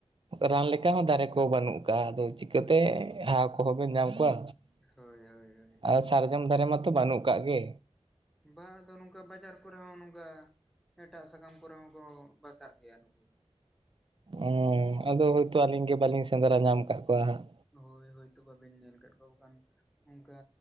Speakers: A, on the right; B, in the centre.
A: ᱨᱟᱱ ᱞᱮᱠᱟ ᱦᱚᱸ ᱫᱟᱨᱮ ᱠᱚ ᱵᱟᱹᱱᱩᱜ ᱠᱟᱜᱼᱟ ᱟᱫᱚ ᱪᱤᱠᱟᱹᱛᱮ ᱦᱟᱣ ᱠᱚᱦᱚᱸᱵᱮᱱ ᱧᱟᱢ ᱠᱚᱣᱟ
B: ᱦᱳᱭ ᱦᱳᱭ ᱦᱳᱭ
A: ᱟᱨ ᱥᱟᱨᱡᱚᱢ ᱫᱟᱨᱮ ᱢᱟᱛᱚ ᱵᱟᱹᱱᱩᱜ ᱠᱟᱜ ᱜᱮ
B: ᱵᱟ ᱟᱫᱚ ᱱᱚᱝᱠᱟ ᱵᱟᱡᱟᱨ ᱠᱚᱨᱮ ᱦᱚᱸ ᱱᱚᱝᱠᱟ ᱮᱴᱟᱜ ᱥᱟᱠᱟᱢ ᱠᱚᱨᱮ ᱦᱚᱸᱠᱚ ᱵᱟᱥᱟᱜ ᱜᱮᱭᱟ ᱱᱩᱠᱩ ᱫᱚ
A: ᱚᱸ ᱟᱫᱚ ᱦᱳᱭᱛᱳ ᱟᱹᱞᱤᱧ ᱜᱮ ᱵᱟᱹᱞᱤᱧ ᱥᱮᱸᱫᱽᱨᱟ ᱧᱟᱢ ᱠᱟᱜ ᱠᱚᱣᱟ ᱦᱟᱸᱜ
B: ᱦᱳᱭ ᱦᱳᱭᱛᱳ ᱵᱟᱵᱮᱱ ᱧᱮᱞ ᱠᱟᱜ ᱠᱚᱣᱟ ᱵᱟᱠᱷᱟᱱ ᱚᱝᱠᱟ